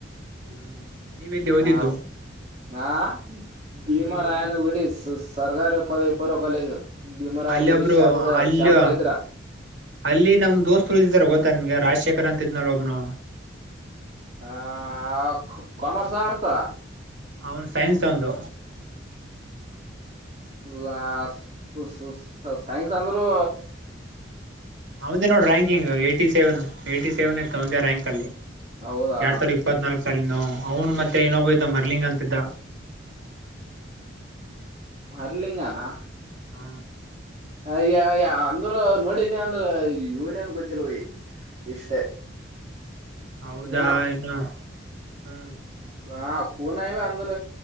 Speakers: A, on the right; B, on the right.
A: ಹ್ಮ್. ನೀವೆಲ್ಲಿ ಓದಿದ್ದು
B: ಹ ಹಾ ಭೀಮಾರಾಯನಗುಡಿ
A: ನೀವೆಲ್ಲಿ ಓದಿದ್ದು
B: ಸಗರ್. ಪದವಿಪೂರ್ವ ಕಾಲೇಜ್ ಭೀಮರಾಯನ
A: ಅಲ್ಲಿ
B: ಗುಡಿ
A: ಒಬ್ರು
B: ಶಹಾಪುರ್
A: ಅಲ್ಲಿ
B: ಹತ್ತಿರ.
A: ಅಲ್ಲಿ ನಮ್ ದೋಸ್ತರು ಇದಾರೆ ಗೊತ್ತೇನು ನಿಮಗೆ ರಾಜಶೇಖರ್ ಅಂತ ಇದ್ನಲ್ ಒಬ್ನು.
B: ಆ ಕಾಮರ್ಸ್ ಮೋಡತ
A: ಅವನ್ದು ಸೈನ್ಸ್ ಅವನ್ದು.
B: <unintelligible> ಸೈನ್ಸ್ ಅಂದ್ರರು
A: ಅವನದೇ ನೋಡ್ ranking eighty seven eighty seven ಇತ್ತು ಅವಂದೇ ರಾಕಿಂಗ್ ಅಲ್ಲಿ.
B: ಹೌದಾ
A: ಎರಡ್ ಸಾವಿರದ ಇಪ್ಪತ್ನಾಲ್ಕಕ್ ಸಾಲಿನ ಅವ್ನು ಮತ್ತೆ ಇಏೊಬ ಇದ್ದ ಮರ್ಲಿಂಗ ಅಂತಿದ್ದ.
B: ಮರಲಿಂಗನಾ.
A: ಹಾ.
B: ಅಯ್ಯಯ ಅಂದ್ರ ನೋಡಿನಿ ಅಂದ್ರ ಇವನ ಅಂದ ಗೊತ್ತಿಲ್ವ ಇಷ್ಟೇ.
A: ಹೌದಾ
B: ನಾ
A: ನ್ನು ಹ್ಮ.
B: ಗಾ ಕೂನಇವಿ ಅಂದ್ರ